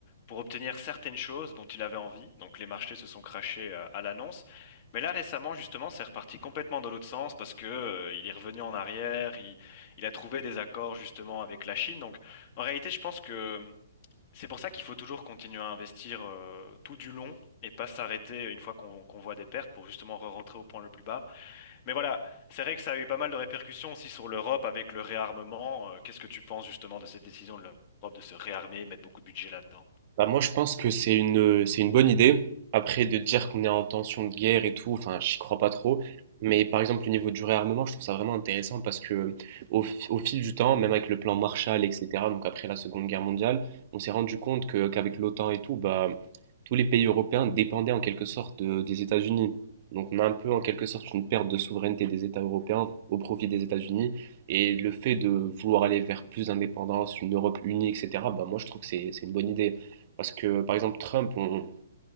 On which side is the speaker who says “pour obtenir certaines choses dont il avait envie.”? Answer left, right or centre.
Left